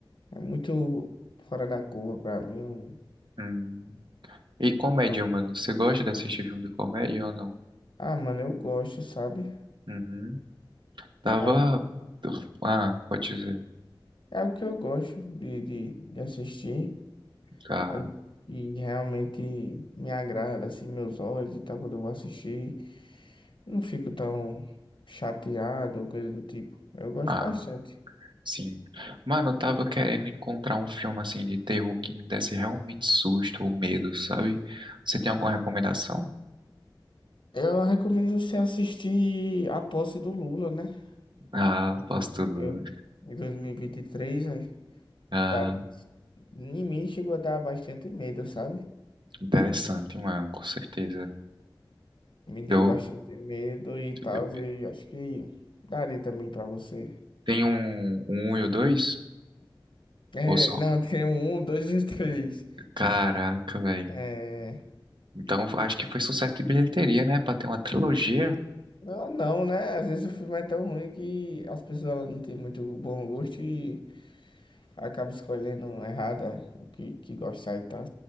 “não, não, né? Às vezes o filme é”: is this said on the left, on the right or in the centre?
Left